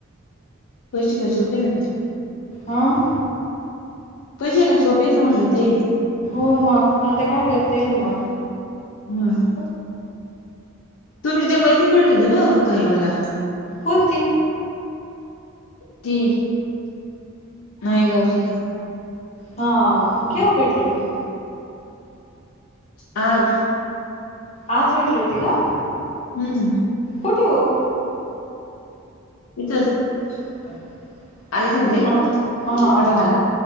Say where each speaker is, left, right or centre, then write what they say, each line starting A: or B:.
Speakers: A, on the left; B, on the left.
A: पैशे काय सोपे ना ते.
B: हं
A: पैसे काय सोपेयचं म्हणलं ते.
B: हो मग? म आता काय करता येईल मग?
A: हं. तुम्ही ते मैत्रीण भेटली होती ब ताई मला.
B: कोणती?
A: ती नायगावची.
B: हा. केव्हा भेटली होती?
A: आज
B: आज भेटली होती का?
A: हम्म
B: कुठे ओ?
A: इथंच.
B: <unintelligible>
A: आले त्यांन ते
B: हा. हा.
A: कटाळा
B: हा.